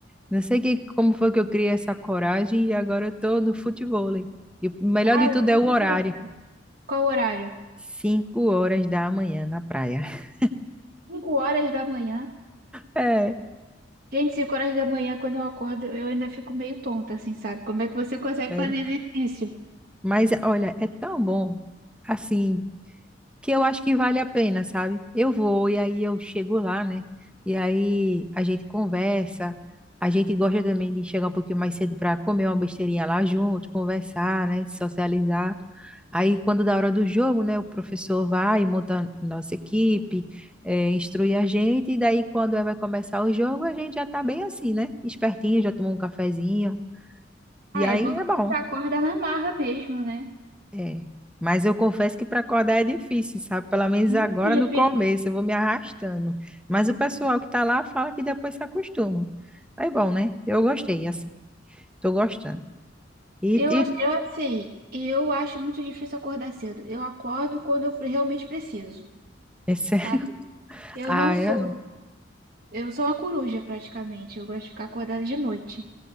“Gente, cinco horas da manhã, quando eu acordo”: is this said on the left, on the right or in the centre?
Right